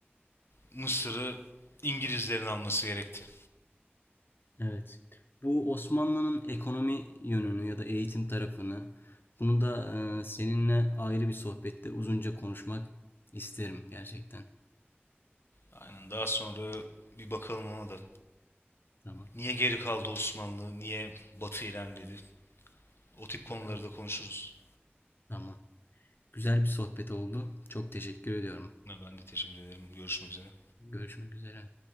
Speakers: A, on the left (about 70°); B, on the left (about 55°).
A: Mısır'ı İngilizlerin alması gerekti.
B: Evet. Bu Osmanlı'nın ekonomi yönünü ya da eğitim tarafını, bunu da e, seninle ayrı bir sohbette uzunca konuşmak isterim gerçekten.
A: Aynen daha sonra bir bakalım ona da.
B: Tamam.
A: Niye geri kaldı Osmanlı? Niye Batı ilerledi? O tip konuları
B: Bakalım.
A: da konuşuruz.
B: Tamam. Güzel bir sohbet oldu. Çok teşekkür ediyorum.
A: Ben de teşekkür ederim. Görüşmek üzere.
B: Görüşmek üzere.